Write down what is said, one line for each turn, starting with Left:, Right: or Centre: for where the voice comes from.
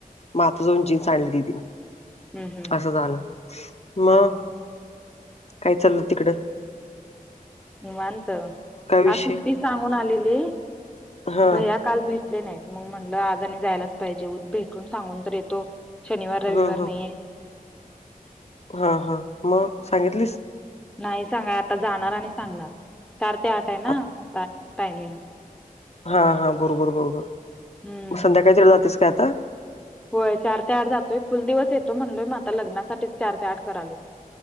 Left: मात जाऊन जीन्स आणली दिदी.
Centre: हम्म हम्म हम्म.
Left: असं झालं मग
Centre: हा हा
Left: काय चाललं तिकड.
Centre: निवांत
Left: विषय
Centre: आ सुट्टी सांगून आलेली
Left: हा
Centre: भैय्या काल भेटले नाहीत मग म्हटलं आज आणि जायलाच पाहिजे उ भेटून सांगून तर येतो. शनिवार रविवार
Left: हा हा
Centre: नाहीये.
Left: हा हा मग सांगितलीस
Centre: नाही सांगा आता जाणार आणि सांगणार चार ते आठ आहे ना
Left: आत-
Centre: होता टायमिंग.
Left: हा हा बरोबर बरोबर
Centre: हम्म
Left: मग संध्याकाळी तेवढं जातेस काय आता?
Centre: होय चार ते आठ जातोय फुल दिवस येतो म्हणलोय मग आता लग्नासाठी चार ते आठ करालोय.